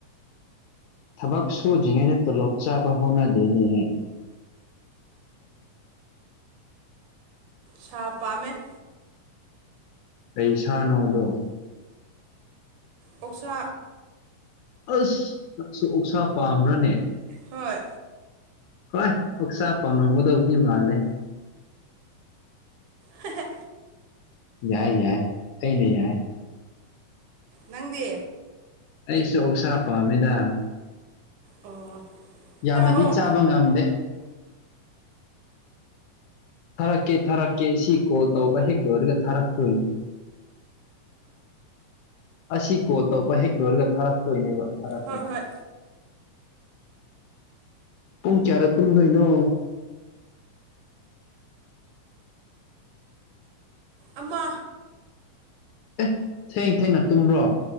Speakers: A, on the left; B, on the right.
A: ꯊꯕꯛ ꯁꯨꯗ꯭ꯔꯤꯉꯩꯗ ꯇꯣꯂꯣꯞ ꯆꯥꯕ ꯍꯧꯅꯗꯦꯅꯦ
B: ꯁꯥ ꯄꯥꯝꯃꯦꯠ
A: ꯀꯩ ꯁꯥꯥꯅꯣꯗꯣ
B: ꯑꯣꯛꯁꯥ
A: ꯑꯁ ꯅꯪꯁꯨ ꯑꯣꯛꯁꯥ ꯄꯥꯝꯕ꯭ꯔꯅꯦ꯫
B: ꯍꯣꯏ
A: ꯍꯣꯏ ꯑꯣꯛꯁꯥ ꯄꯥꯝꯅꯝꯒꯗꯧꯕꯗꯤ ꯃꯥꯜꯂꯦ
B: ꯍꯥ‌ ꯍꯥ
A: ꯌꯥꯏ ꯌꯥꯏ ꯑꯩꯅ ꯌꯥꯏ꯫
B: ꯅꯪꯗꯤ
A: ꯑꯩꯁꯨ ꯑꯣꯛꯁꯥ ꯄꯥꯝꯃꯤꯗ꯫
B: ꯑꯣ
A: ꯌꯥꯝꯅꯗꯤ
B: ꯊꯥꯔꯛꯑꯣ
A: ꯆꯥꯕ ꯉꯝꯗꯦ ꯊꯥꯔꯛꯀꯦ ꯊꯥꯔꯛꯀꯦ ꯁꯤ ꯀꯣꯜ ꯇꯧꯕ ꯍꯦꯛ ꯂꯣꯏꯔꯒ ꯊꯥꯔꯛꯇꯣꯏꯅꯤ꯫ ꯑꯁꯤ ꯀꯣ ꯇꯧꯕ ꯍꯦꯛ ꯂꯣꯏꯔꯒ ꯊꯥꯔꯛꯇꯣꯏꯅꯦꯕ ꯔꯛꯀꯦ
B: ꯍꯣꯏ ꯍꯣꯏ
A: ꯄꯨꯡ ꯀꯌꯥꯔꯦ ꯇꯨꯝꯗꯣꯏꯅꯣ
B: ꯑꯃ
A: ꯑꯦ ꯊꯦꯡ ꯊꯦꯡꯅ ꯇꯨꯝꯕ꯭ꯔꯣ꯫